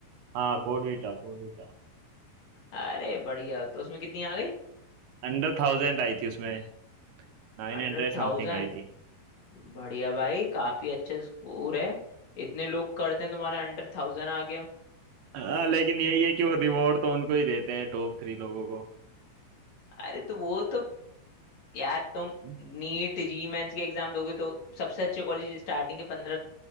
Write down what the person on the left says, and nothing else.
अरे बढ़िया तो उसमें कितनी आ गई
Hundred
thousand
बढ़िया भाई काफी अच्छा स्कोर है इतने लोग करते हैं तुम्हारा अंडर थाउजेंड आ गया
अरे तो वो तो यार तुम
नीट जी मेंस के एग्जाम दोगे तो सबसे अच्छे कॉलेज स्टार्टिंग के 15